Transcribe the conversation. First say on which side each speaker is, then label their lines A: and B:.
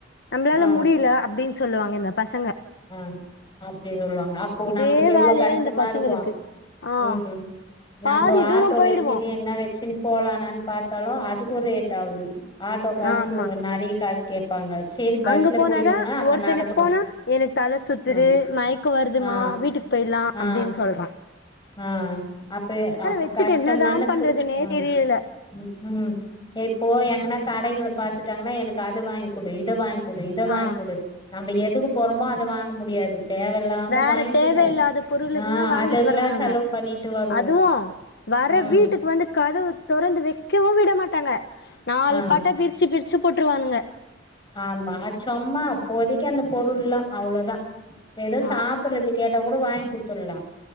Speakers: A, on the left; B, on the left.
A: நம்ளால
B: ஆ
A: முடியில அப்டின் சொல்லுவாங்க இந்தப் பசங்க
B: ஆ அப் அப்டி சொல்வாங்க அப்போ
A: இதே
B: நம்ளுக்கு எவ்ளோ
A: வேலையா
B: கஷ்டமா
A: இந்த பசங்களுக்கு
B: இருக்கு
A: ஆ
B: ம்ஹூம் நம்ம
A: பாதி
B: ஆட்டோ
A: தூரோ போயிடுவோ
B: வெச்சுன்னு என்ன வெச்சுன்னு போலானானு பாத்தாலும் அதுக்கு ஒரு ரேட் ஆவுது ஆட்டோக்கார
A: ஆமா
B: கு நெறய காசு கேப்பாங்க சேரி பஸ்ல
A: அங்க போனாதா
B: போயிட்டோனா அங்க
A: ஒருத்தனுக்கு
B: நடக்கணு
A: போனா எனக்கு தல சுத்துது
B: ம்
A: மயக்க வருதுமா
B: ஆ
A: வீட்டுக்கு போயிலாம்
B: ஆ
A: அப்டின்னு சொல்றான்
B: ஆ அப்ப அப்ப
A: வச்சுட்டு
B: கஷ்ட
A: என்னதா
B: தான
A: பண்றதுன்னே
B: து ம்
A: தெரியல
B: ம் இப்போ எங்கனா கடைங்கள் பாத்துட்டாங்கன்னா எனக்கு அத வாங்கிக்குடு இத வாங்கி கொடு இத வாங்கி
A: ஆ
B: கொடு நம்ம ஏத் எதுக்கு போறோமோ அத வாங்க முடியாது தேவயில்லாம
A: வேற
B: வாங்கிக்கினு
A: தேவையில்லாத பொருளுக்குநா
B: ஆ
A: வாங்கிட்டு
B: அதெல்லா
A: வருவா
B: செலவு
A: ங்க
B: பண்ணிட்டு வருவோ
A: அதுவு வர
B: ம்
A: வீட்டுக்கு வந்து கதவு தொறந்து வெக்கவு விட மாட் தங்க நாலு
B: ஆ
A: பாட்ட பிரிச்சு பிரிச் வச்சு போட்ருவானுங்க
B: ஆமா சொம்மா அப்போதைக்கு அந்த பொருள்லா அவ்ளோதான் ஏதோ
A: ஆ
B: சாப்படுறது கேட்டாகு கூட வாங்கி குத்தர்லாம்